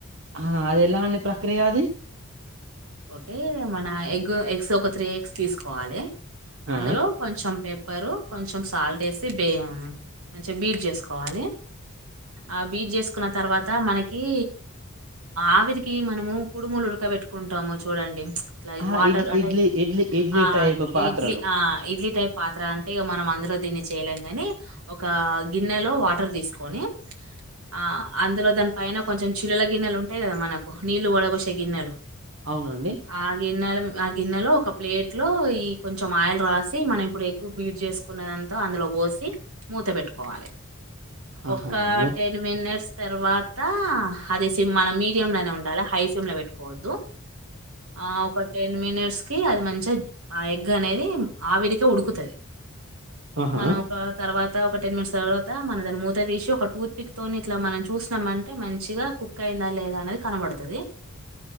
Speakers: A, on the right; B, on the right.
A: ఆ అది ఎలా అండడి ప్రక్రియ అది
B: ఓకే మ ఎగ్ ఎగ్స్ ఒక త్రీ ఎగ్స్ తీసుకోవాలి
A: ఆ
B: అందులో కొంచెం పే ఉప్పరు కొంచెం సాల్ట్ వేసి బ మంచిగా బీట్ చేసుకోవాలి ఆ బీట్ చేసుకున్న తర్వాత మనకి ఆవిరికి మనము కుడుములు ఉడక పెట్టుకుంట రాము చూడండి
A: ఆ
B: వాటర్
A: ఇడ్
B: అంటే
A: ఇడ్లీ ఇడ్లీ ఇడ్లీ
B: ఆ
A: టైప్ పాత్రలు
B: ఇడ్లీ ఆ ఇడ్లీ టైప్ పాత్ర అంటే ఇ మనం అందులో దీన్ని చేయలేం ని ఒక గిన్నెలో వాటర్ తీసుకొని ఆ అందులో దాని పైన కొంచెం చిల్లుల గిన్నెలు ఉంటాయి కదా మనకు నీళ్లు వడబసే గిన్నెలు
A: అవునండి
B: ఆగేన్నాాల ఆ గిన్నెలో ఒక ప్లేట్ లో ఈ కొంచెం ఆయిల్ రాసి మనం ఇప్పుడు ఎగ్గు బీట్ చేసుకున్నదంతా అందులో పోసి మూత పెట్టుకోవాలి
A: ఆహా
B: ఒక
A: ము
B: టెన్ మినిట్స్ తర్వాత దా అదేసి మన మీడియయం లోనే ఉండాలి హై ఫ్లేమ్ లో పెట్టుకోవద్దు ఆ ఒక టెన్ మినిట్స్ ఇది మంచిగా ఆ ఎగ్ అనేది ఆవిరికే ఉడుకుతుంది
A: ఆహా
B: మనం ఒక తర్వాత తత ఒక టెన్ మినిట్స్ తర్వాత మన దాన్ని టెన్ మినిట్స్ తర్వాతమూత తీసి ఒక టూత్పిక్ తోని ఇట్లా మనం చూసినామంటే మంచిగా కుక్ అయిందా లేదా అనేది కనబడుతుంది